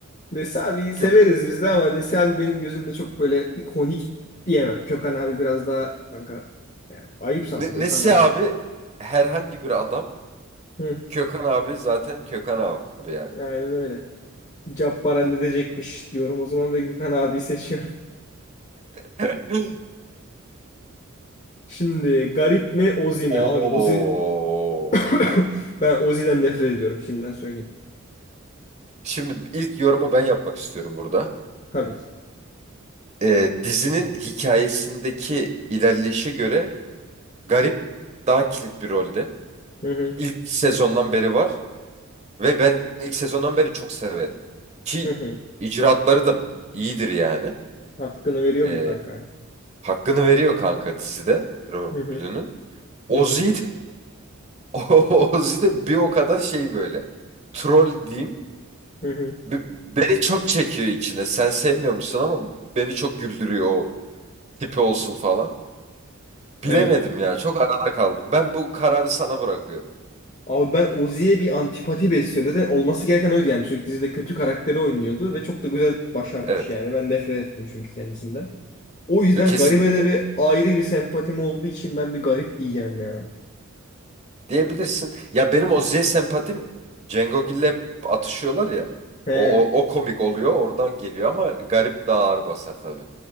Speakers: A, on the left (about 35°); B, on the right (about 35°).
A: Nesi abiyi severiz
B: Kök
A: biz de ama Nesi abi benim gözümde çok böyle ikonik diyemem. Gökhan abi biraz daha kanka yani ayıp sana
B: Ne-
A: Gökhan
B: Nesi
A: abi.
B: abi herhangi bir adam.
A: Hı,
B: Kökan abi zaten Kökan abi yani.
A: aynen öyle. Cabbar halledecekmiş diyorum o zaman ve Gökhan abiyi seçiyorum.
B: <laughs>
A: Şimdi garip mi Ozi
B: Oo.
A: mi? Abi Ozi <coughs> ben Ozi'den nefret ediyorum şimdiden söyleyeyim.
B: Şimdi ilk yorumu ben yapmak istiyorum burada.
A: Tabii ki.
B: Ee, dizinin hikayesindeki ilerleyişe göre Garip daha kilit bir rolde.
A: Hı hı,
B: İlk sezondan beri var ve ben ilk sezondan beri çok severim. Ki
A: hı hı.
B: icraatları da iyidir yani.
A: Hakkını veriyor
B: Ee,
A: mu kanka?
B: hakkını veriyor kanka dizide rolünün.
A: Hı hı,
B: Ozzy
A: hı hı,
B: de, <laughs> Ozzy de bir o kadar şey böyle. Troll diyeyim.
A: hı hı.
B: Be- Beni çok çekiyor içine. Sen sevmiyor musun ama beni çok güldürüyor o. tipi olsun falan. Bilemedim
A: Evet.
B: ya. Çok arada kaldım. Ben bu kararı sana bırakıyorum.
A: Abi ben Ozzy'ye bir antipati besliyorum. Zaten olması gereken oydu yani. Çocuk dizide kötü karakteri oynuyordu ve çok da güzel başarmış
B: Evet.
A: yani. Ben nefret ettim çünkü kendisinden. O yüzden
B: Yo, Kesinlikle.
A: garibe de bir ayrı bir sempatim olduğu için ben bir garip diyeceğim ya.
B: Diyebilirsin. Ya benim o Z sempatim Cengo Gill'le hep atışıyorlar ya.
A: He,
B: O, o, o komik oluyor. Oradan geliyor ama garip daha ağır basar tabii.